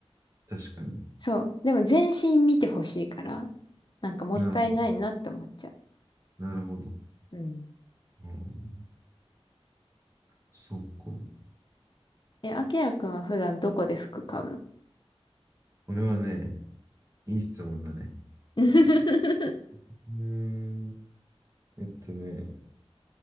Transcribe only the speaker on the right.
確かに。
なるほど。なるほど。
うん、そっか。
これはね、いい質問だね。
うーん。えっとね、